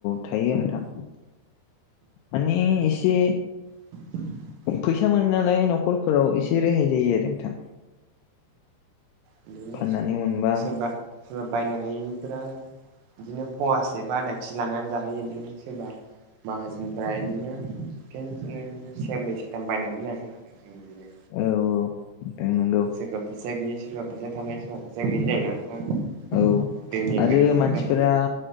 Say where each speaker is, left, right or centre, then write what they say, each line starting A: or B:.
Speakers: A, on the left; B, on the right.
A: थायो नोंथां माने एसे
B: <inaudible>
A: फैसा मोनो नालाय न'खरफोराव एसे रेहाय जायो आरो नोंथां
B: बिदिनो
A: फाननानै मोनबा
B: सोरबा सोरबा बायनो हायिफोरा बिदिनो फवासे बा आदा खि लांनानै जाहोयो बिदिनो सोरबा माहाजोननिफ्राय बिदिनो फेननोनो सेरनै सेरथाम बायनानै लाङो आरो ह गे
A: औ औ नथों नंगौ
B: सोरबा फैसा गैि सोरबा फैसा थानाय सोरबा फैसा गैयि जायोोना नोंथां
A: औ
B: धोनि
A: आरो
B: गोरिबनि
A: मानसिफोरा
B: खोथा थायो